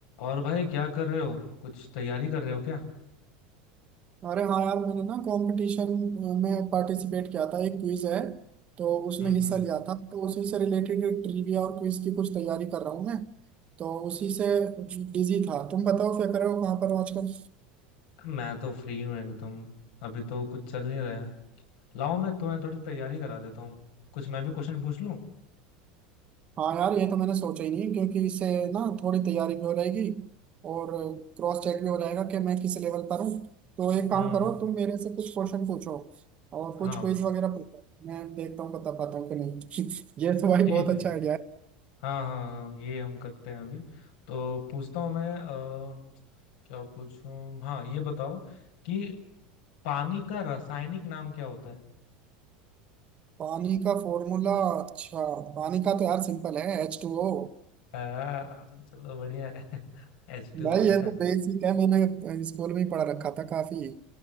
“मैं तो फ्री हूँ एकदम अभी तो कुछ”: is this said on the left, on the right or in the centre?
Left